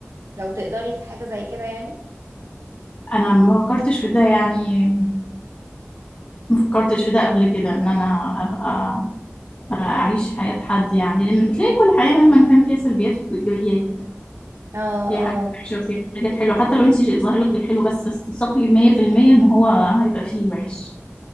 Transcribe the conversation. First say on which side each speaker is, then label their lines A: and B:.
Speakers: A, on the right (about 85°); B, on the left (about 45°).
A: لو تقدري في حاجة زي كده يعني
B: انا ما فكرتش في ده يعني فكرتش في ده قبل كده ان انا ابقى اعيش حياة حد يعني لان بتلاقي كل حياة مهما كان فيها سلبيات وايجابيات
A: اه
B: فيها حاجات
A: اه
B: وحشة وفيها حاجات حلوة حتى لو انت ظاهر لك الحلو بس بس ثقي 100% ان هو هيبقى فيه وحش